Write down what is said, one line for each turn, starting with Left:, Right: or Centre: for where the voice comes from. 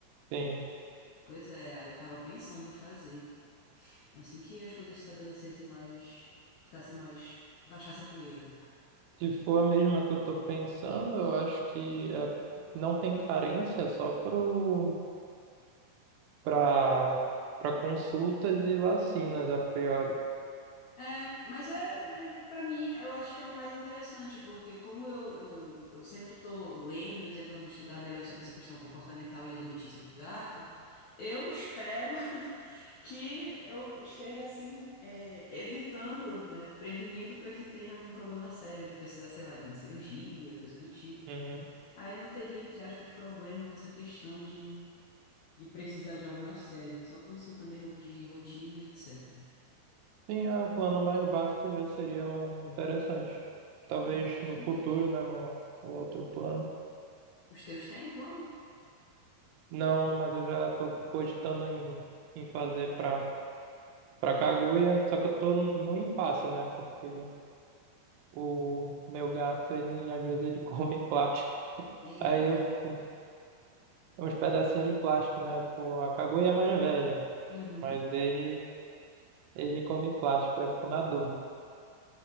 Right: Sim.
Left: Pois é, aí eu tava pensando em fazer. Assim que as coisas se estabelecessem mais, ficassem mais, baixasse a poeira.
Right: Se for a mesma que eu tô pensando, eu acho que é, não tem carência é só pro, pra, pra consultas e vacinas a priori.
Left: É, mas é, mas para mim eu acho que é o mais interessante, porque como eu, eu, eu sempre estou lendo e tentando estudar melhor sobre essa questão comportamental e alimentícia do gato, eu espero <laughs> que eu esteja assim, é, evitando, né, prevenindo para que tenha algum problema sério de precisar, sei lá, de uma cirurgia, coisa do tipo.
Right: Uhum.
Left: Aí não teria, entre aspas, problema com essa questão de, de precisar de algo mais sério, só consulta mesmo de rotina e etc.
Right: Sim, é, o plano mais básico já seria um interessante. Talvez
Left: Exatamente.
Right: no futuro, né? O, o outro plano.
Left: Os teus têm plano?
Right: Não, mas eu já estou cogitando em, em fazer para para Kaguya, só que eu tô no no impasse, né? Porque ele- o meu gato, ele às vezes ele <laughs> come plástico.
Left: Eita,
Right: Aí eu
Left: rapaz.
Right: fico é uns pedacinhos de plástico, né? Pô, a Kaguya é mais velha,
Left: Uhum,
Right: mas ele ele come plástico, eu fico na dúvida,